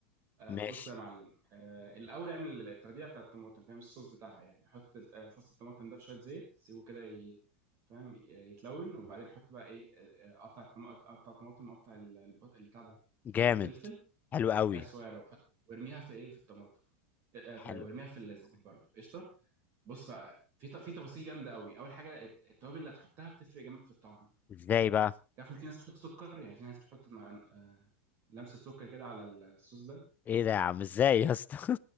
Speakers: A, on the right (about 45°); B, on the left (about 30°).
A: آه
B: ماشي
A: بص يا معلم آه الاول اعمل التغذيه بتاعه الطماطم فاهم الصوص بتاعها يعني حط الت- آه، فص الطماطم ده في شويه زيت سيبه كده ي- فاهم ي- يتلون وبعدين حط بقى ايه آه، آه، قطع الطم- قطع الطماطم وقطع ال- الب- البتاع ده
B: جامد
A: الفلفل
B: حلو قوي
A: حاجات صغيره وحط وارميها في ايه في الطماطم آه، آه، ف-
B: حلو
A: وارميها في الزيت برضه قشطه بص بقى في ت- في تفاصيل جامده قوي اول حاجه الت- التوابل اللي هتحطها بتفرق جامد في الطعم
B: ازاي بقى
A: تعرف ان في ناس بتحط سكر يعني في ناس بتحط مع آه، لمسه سكر كده على الصوص ده
B: ايه ده يا عم ازاي يا اسطى